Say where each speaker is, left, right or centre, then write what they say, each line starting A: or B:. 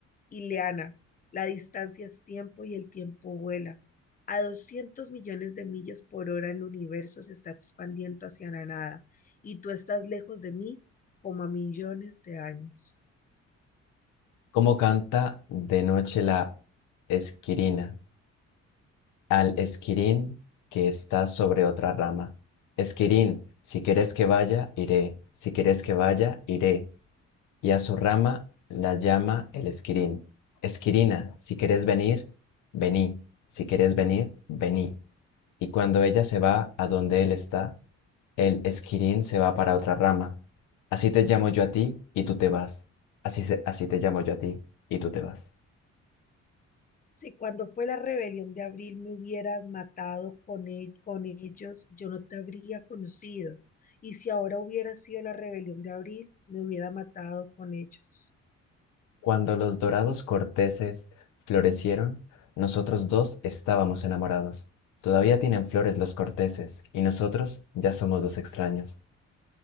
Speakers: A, on the left (about 30°); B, on the left (about 80°).
A: Ileana, la distancia es tiempo y el tiempo vuela. A 200 millones de millas por hora el universo se está expandiendo hacia la nada y tú estás lejos de mí como a millones de años.
B: ¿Cómo canta de noche la esquirina? al esquirín que está sobre otra rama. Esquirín, si quieres que vaya, iré, si quieres que vaya, iré. Y a su rama la llama el esquirín. Esquirina, si quieres venir, vení, si quieres venir, vení. Y cuando ella se va a donde él está, el esquirín se va para otra rama. Así te llamo yo a ti y tú te vas. Así, se- así te llamo yo a ti y tú te vas.
A: Si cuando fue la rebelión de abril me hubieras matado con, e- con ellos, yo no te habría conocido. Y si ahora hubiera sido la rebelión de abril, me hubiera matado con ellos.
B: Cuando los dorados corteses florecieron, nosotros dos estábamos enamorados. Todavía tienen flores los corteses, y nosotros ya somos dos extraños.